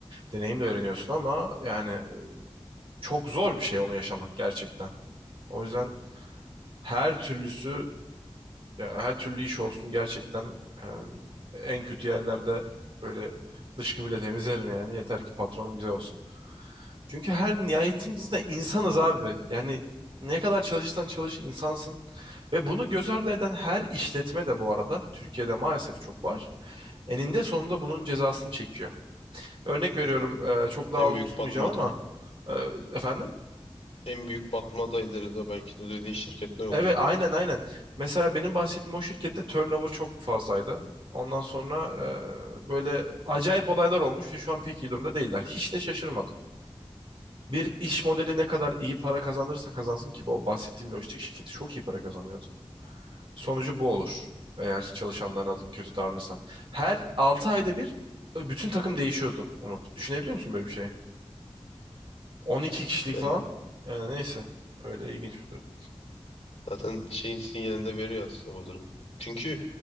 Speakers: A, on the right; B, on the left.
A: deneyimle öğreniyorsun ama yani e, çok zor bir şey onu yaşamak gerçekten. O yüzden her türlüsü yani her türlü iş olsun gerçekten e, en kötü yerlerde böyle dışkı bile temizlerim yani yeter ki patronum güzel olsun. Çünkü her nihayetinde insanız abi. Yani ne kadar çalışırsan çalış insansın. Ve bunu göz ardı eden her işletme de bu arada Türkiye'de maalesef çok var. Eninde sonunda bunun cezasını çekiyor. Örnek
B: <laughs>
A: veriyorum e, çok daha
B: En
A: uzun
B: büyük
A: tutmayacağım
B: batmaday.
A: ama e, efendim?
B: En büyük batmadayları da belki de dediğin şirketler olacak.
A: Evet aynen aynen. Mesela benim bahsettiğim o şirkette turnover çok fazlaydı. Ondan sonra e, böyle acayip olaylar olmuş ve şu an pek iyi durumda değiller. Hiç de şaşırmadım. Bir iş modeli ne kadar iyi para kazandırırsa kazansın ki bu bahsettiğim lojistik şirketi çok iyi para kazanıyordu. Sonucu bu olur eğer çalışanlarına kötü davranırsan. Her 6 ayda bir e, bütün takım değişiyordu Umut. Düşünebiliyor musun böyle bir şeyi? 12 kişilik
B: Ya
A: falan. Yani neyse öyle ilginç bir durum.
B: zaten şeyin sinyalini de veriyor aslında bu durum. Çünkü